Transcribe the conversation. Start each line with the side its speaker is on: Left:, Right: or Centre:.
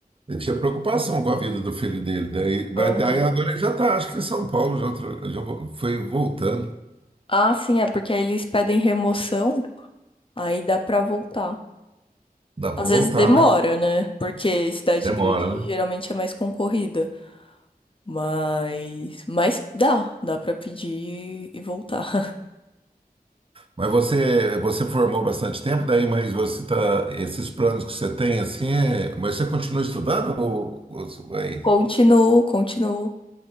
Right: ele tinha preocupação com a vida do filho dele, daí, mas
Left: Aham.
Right: daí agora ele já está, acho que em São Paulo, já, tra- já vo- foi voltando,
Left: Ah, sim, é porque aí eles pedem remoção, aí dá pra voltar.
Right: dá para
Left: Às
Right: voltar,
Left: vezes demora,
Right: né?
Left: né? Porque cidade
Right: Demora,
Left: grande
Right: né?
Left: geralmente é mais concorrida. Mas, mas dá, dá pra pedir e voltar. <laughs>
Right: Mas você, você formou bastante tempo daí, mas você tá, esses planos que você tem assim, é- mas você continua estudando ou, ou você vai?
Left: Continuo, continuo.